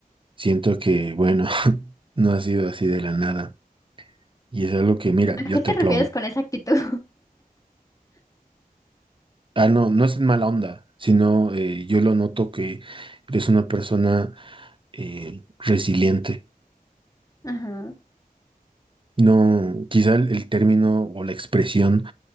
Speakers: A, on the right; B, on the left.
A: siento que, bueno, <laughs> no ha sido así de la nada. Y es algo que, mira,
B: ¿A
A: yo
B: qué te
A: te aplaudo.
B: refieres con esa actitud?
A: Ah, no, no es en mala onda, sino eh, yo lo noto que eres una persona eh, resiliente
B: <laughs> Ajá,
A: No, quizá el, el término o la expresión